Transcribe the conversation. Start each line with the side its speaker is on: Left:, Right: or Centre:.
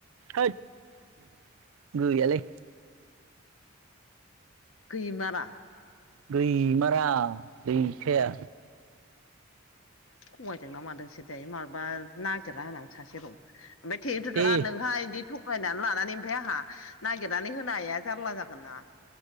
Right: होद गैयालै।
Left: गैमारा।
Right: गैमारा गैखाया।
Left: थगायदोंना मादोंसो थाय मालबा नागिरना होनां सासे दं। ओमफाय ट्रेक्टरं
Right: दे
Left: नोंहा बिदि थगायनानै लानानै ओमफ्राय आंहा नागिरनानै होनो हाया जारला जागोन ना।